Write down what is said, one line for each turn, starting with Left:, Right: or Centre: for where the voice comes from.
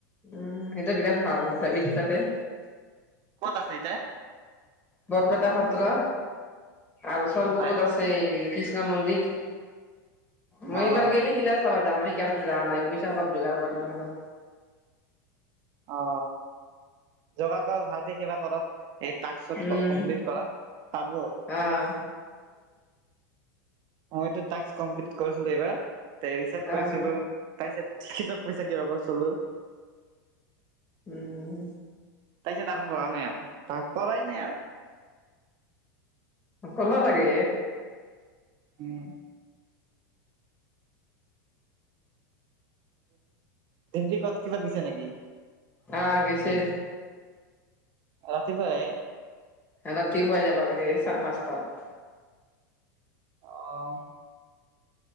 Left: উম সেইটো বিৰাট ভাল যাবি দুতাতে
Right: ক'ত আছে এইতা
Left: বৰপেটা সত্ৰ আৰু চৰ বুঙত
Right: হয় নেকি
Left: আছেই কৃষ্ণ মন্দিৰ মই
Right: অ',
Left: এইবাৰ গেলিহি লাষ্ট চাব যাম সেইকাৰণেতো যোৱা নাই পইচা অলপ যোগাৰ কৰিলঙ ৰ
Right: অ যোগা কৰ ভালকে কিবা কৰক এই টাস্কত
Left: উম
Right: কমপ্লিট কৰা পাব।
Left: আহ।
Right: মই টাস্ক কমপ্লিট কৰিছিলো এইবাৰ টো অৰিছ কৰিছিলো।
Left: আহ
Right: তাৰিত টিকটত পইছা কিবা কৌ চলো।
Left: উম।
Right: তাৰ পিছত তাৰ প নাই আৰু তাৰ কৰাই নাই আৰু।
Left: কৰিব লাগে।
Right: উম। ডিমটি কত কিবাত দিছে নেকি?
Left: অ গৈছে।
Right: ৰাতি পাৰে।
Left: ৰাতিপুৱাই যাবা লাগে চাৰে পাঁচ তাত।
Right: অ।